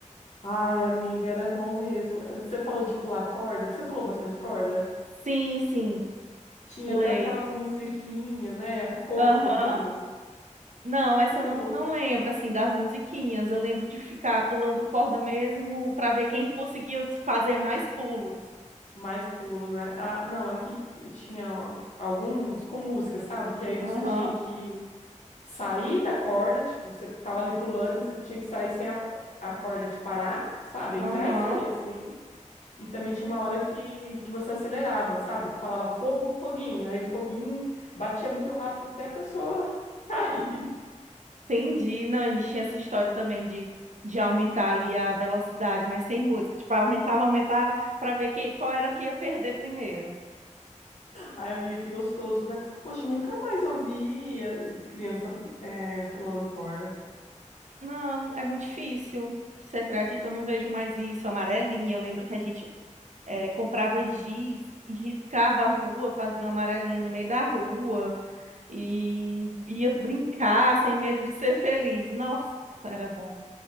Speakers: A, on the left; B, on the right.
A: Ai, amiga, era bom mesmo. Você falou de pular corda. Você pulou bastante corda?
B: Sim, sim,
A: Tinha
B: pulei.
A: até aquelas musiquinhas, né? Fogo,
B: Aham.
A: foguinhos.
B: Não, essa
A: Você
B: eu não,
A: pulou
B: não lembro, assim, das musiquinhas. Eu lembro de ficar pulando corda mesmo pra ver quem conseguia fazer mais pulos.
A: mais pulo, né? Ah, não, aqui t- tinha alguns com música, sabe? Que aí você
B: Aham,
A: tinha que sair da corda, tipo, você tava ali pulando e você tinha que sair sem a, a corda te parar, sabe? Entrar
B: aham.
A: e sair assim. E também tinha uma hora que, que você acelerava, sabe? Falava fogo, foguinho. Aí o foguinho batia muito rápido até a pessoa <laughs> cair.
B: Entendi. Não, a gente tinha essa história também de, de aumentar ali a velocidade, mas sem música. Tipo, aumentava, aumentava, pra ver quem, qual era que ia perder primeiro.
A: Ai, amiga, que gostoso, né? Hoje nunca mais eu vi eh, criança eh, pulando corda.
B: Não, é muito difícil. Você acredita? Eu não vejo mais isso. Amarelinha, eu lembro que a gente é, comprava giz e riscava a rua, fazia uma amarelinha no meio da rua e ia brincar sem medo de ser feliz. Nossa, era bom.